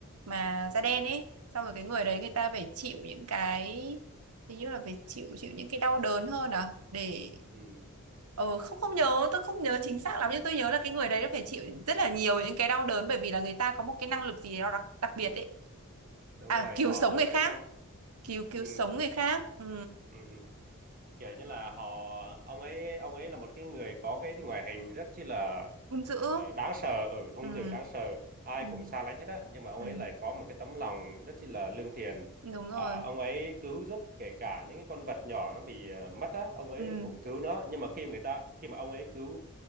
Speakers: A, on the right; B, on the right.
A: mà da
B: ừ,
A: đen ấy xong rồi cái người
B: biết
A: đấy người ta phải chịu những cái hình như là phải chịu chịu những cái đau đớn hơn à để
B: ừ,
A: Ờ, không không nhớ tôi không nhớ chính xác lắm nhưng tôi nhớ là cái người đấy đã phải chịu rất là nhiều những cái đau đớn bởi vì là người ta có một cái năng lực gì đó đặc, đặc biệt ấy
B: đúng
A: à
B: rồi
A: cứu
B: họ
A: sống
B: có
A: người khác
B: cái năng
A: cứu cứu
B: ừ,
A: sống người khác ừ.
B: ừ, ừ. kiểu như là họ ông ấy ông ấy là một cái người có cái ngoại hình rất chi là
A: hung dữ
B: ờ, đáng sợ ở hung
A: ừ.
B: dữ đáng sợ ai
A: Ừ.
B: cũng xa lánh hết á nhưng mà ông
A: Ừ.
B: ấy lại có một cái tấm lòng rất chi là lương thiện
A: đúng rồi
B: Ờ, ông ấy cứu giúp kể cả những cái con vật nhỏ nó bị ờ, mất á ông ấy
A: ừ.
B: cũng cứu nó nhưng mà khi người ta khi mà ông ấy cứu